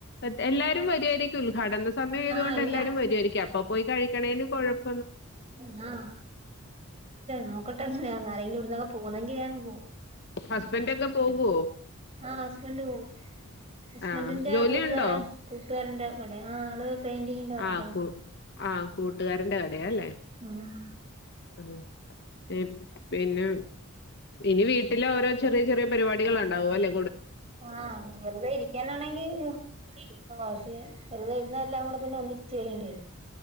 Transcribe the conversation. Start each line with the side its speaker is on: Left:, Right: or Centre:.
Left: അതേ എല്ലാ രും വരുവായിരിക്കും ഉദ്ഘാടന സമയായതോണ്ട്
Right: ആഹ് എല്ലാം
Left: എല്ലാരും വരുവായിരിക്കും അപ്പപ്പോയി കഴിക്കണേന് കൊഴപ്പ
Right: എന്നാ <unintelligible> നോക്കട്ടെ എങ്ങനെയാ ആരെങ്കിലും ഇവിടുന്നൊക്കെ പോവുന്നെങ്കിൽ ഞാനും പോവും
Left: ഹസ്ബന്റൊക്കെ പോകുവോ
Right: ആ ഹസ്ബൻഡ് പോവും ഹസ്ബന്റിന്റെ
Left: ആഹ് ജോലിയുണ്ടോ
Right: കൂട്ടുകാരൻ കൂട്ടുകാരന്റെ കടയാ ആള് പെയിന്റിങ്ങിന്റെ വർക്കാണ്
Left: ആ കു ആ കൂട്ടുകാരന്റെ കടയാല്ലേ
Right: ഉം
Left: ആ ഇപ്പ് പിന്നെ ഇനി വീട്ടില് ഓരോ ചെറിയ ചെറിയ പരിപാടികൾ ഒണ്ടാകുവല്ലേ
Right: ആ വെറുതെ ഇരിക്കാനാണെങ്കിൽ ഓ പക്ഷെ വെറുതെ ഞാനെല്ലാം കൂടെ പിന്നെ ഒന്നിച്ച് ചെയ്യേണ്ടേ